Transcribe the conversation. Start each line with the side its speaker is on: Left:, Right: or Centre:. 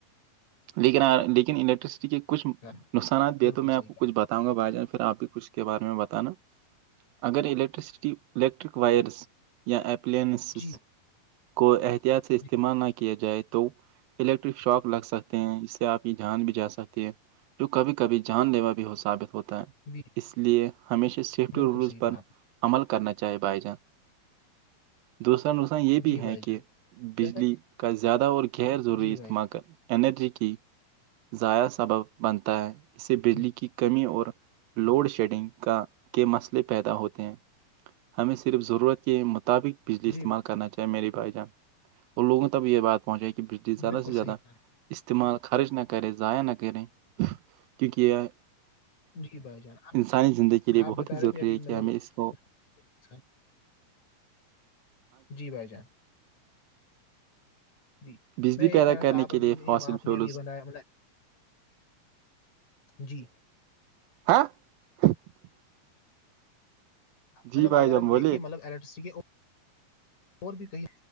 Right: لیکن لیکن الیکٹرسٹی کے کچھ
Left: جان
Right: نقصانات دے
Left: بالکل
Right: تو میں
Left: صحیح
Right: آپ کو
Left: کہا
Right: کچھ بتا بتاؤں گا بھائی جان پھر آپ بھی کچ اس کے بارے میں بتانا اگر الییکٹرسٹی الییکٹرک وائرس یا اپلنسس
Left: جی
Right: کو احتیاط سے استعمال
Left: جی
Right: نہ کیا جائے تو الیکٹرک شوق لگ سکتے ہیں اس سے آپ کی جان بھی جا سکتے ہیں جو کبھی کبھی جان لیوا بھی ہو ثابت ہوتا ہے
Left: جی
Right: اس لیے ہمیشہ سیفٹی
Left: بالکل
Right: رولز
Left: صحیح
Right: پر
Left: کہا آپ
Right: عمل کرنا چاہے بھائی جان دوسرا نقصان یہ
Left: نے
Right: بھی
Left: جی
Right: ہے
Left: بھائی
Right: کہ
Left: جان
Right: بجلی
Left: جیسا کہ
Right: کا زیادہ اور غیر ضروری
Left: جی
Right: استعمال
Left: بھائی
Right: انرجی کی ضائع سبب بنتا ہے اس سے
Left: جان
Right: بجلی
Left: جی
Right: کی کمی اور لوڈ شیڈنگ کا کے مسئلے پیدا ہوتے ہیں ہمیں صرف ضرورت کے مطابق بجلی استعمال
Left: جی
Right: کرنا چاہے میرے بھائی جان اور لوگوں تب یہ بات پہنچی ہے کہ
Left: بھائی
Right: زیادہ
Left: بالکل
Right: سے زیادہ
Left: صحیح کہا آپ نے۔
Right: استعمال خرچ نہ کریں ضائع نہ کریں کیونکہ یہ
Left: جی بھائی جان
Right: انسانی زندگی
Left: آپ
Right: کے لے
Left: آپ
Right: بہت
Left: بتا
Right: ہی
Left: رہے
Right: ضروری
Left: تھے ابھی
Right: ہے
Left: مطلب
Right: کہ ہمیں اس کو
Left: انسان- جی بھائی جان جی
Right: بجلی
Left: میں یہ
Right: پیدا
Left: کہہ رہا
Right: کرنے
Left: تھا آپ ابھی
Right: کے لیے فاسل
Left: آپ
Right: فیولز
Left: نے ابھی بنایا جی
Right: <unintelligible> جی
Left: مطلب
Right: بھائی
Left: اگر
Right: جان
Left: ہم
Right: بولیے
Left: دیکے ملب ال <unintelligible> اور بھی کہیں